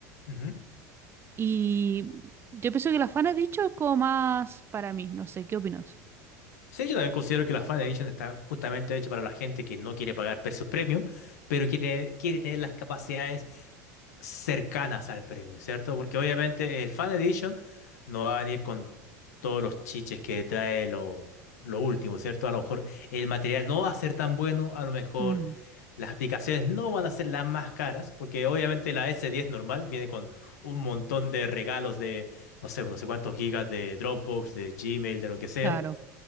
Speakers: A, on the left; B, on the right.
A: ujú.
B: Y yo pienso que la fan ha dicho es como más para mí, no sé, ¿qué opinas?
A: Sí, yo también considero que la Fan Edition está justamente hecha para la gente que no quiere pagar precios premium, pero quiere, quiere tener las capacidades cercanas al premio, ¿cierto? Porque obviamente el Fan Edition no va a venir con todos los chiches que trae lo, lo último, ¿cierto? A lo mejor el material no va a ser tan bueno, a lo mejor
B: Mm,
A: las aplicaciones no van a ser las más caras, porque obviamente la S10 normal viene con un montón de regalos de, no sé, no sé cuántos gigas de Dropbox, de Gmail, de lo que sea.
B: claro,